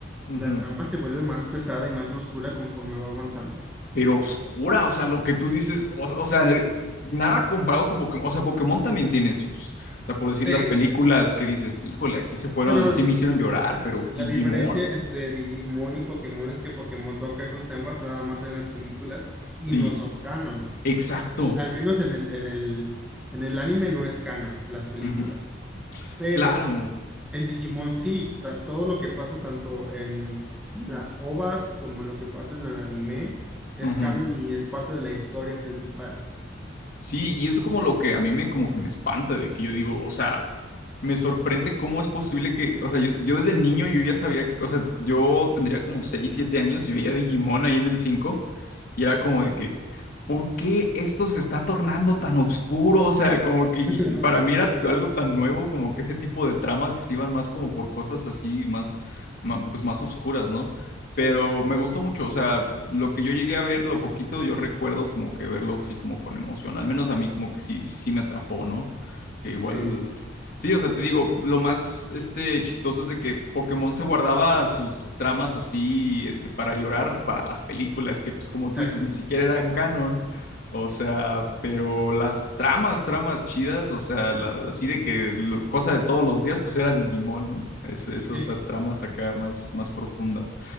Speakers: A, on the left; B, in the centre.
A: "Ujú".
B: la trama se vuelve más pesada y más oscura conforme va avanzando.
A: pero oscura, o sea, lo que tú dices, o, o sea, nada comparado con Pokémon, o sea, Pokémon también tiene sus, o sea, por decir
B: Sí,
A: las películas que dices, híjole, aquí se fueron,
B: pero
A: sí
B: l-
A: me hicieron llorar, pero Digimon,
B: la diferencia entre Digimon y Pokémon es que Pokémon toca esos temas nada más en las películas y
A: sí,
B: no son canon.
A: exacto,
B: Al menos en el, en el, en el anime no es canon las películas.
A: Ujú.
B: Pero
A: claro,
B: En Digimon sí, ta- todo lo que pasa tanto en, en las OVAs como lo que pasa en el anime es
A: ujú.
B: canon y es parte de la historia principal.
A: Sí, y es como lo que a mí me como que me espanta de que yo digo, o sea, me sorprende cómo es posible que, o sea, yo, yo desde niño yo ya sabía que, o sea, yo tendría como 6 7 años y veía Digimon ahí en el 5 y era como de que, ¿por qué esto se está tornando tan oscuro? O sea, como que y-
B: <laughs>
A: para mí era algo tan nuevo como que ese tipo de tramas que se iban más como por cosas así, más, ma- pues más oscuras, ¿no?
B: Sí,
A: Pero me gustó mucho, o sea, lo que yo llegué a ver, lo poquito, yo recuerdo como que verlo así como con emoción, al menos a mí como que sí, sí me atrapó, ¿no? Que igual...
B: sí,
A: Sí, o sea, te digo, lo más este, chistoso es de que Pokémon se guardaba sus tramas así este, para llorar para las películas, que pues como
B: exacto.
A: tú dices, ni siquiera eran canon. O sea, pero las tramas, tramas chidas, o sea, la- así de que lo- cosa de todos los días, pues era Digimon, ¿no? Es, eso,
B: Sí.
A: o sea, tramas acá más, más profundas.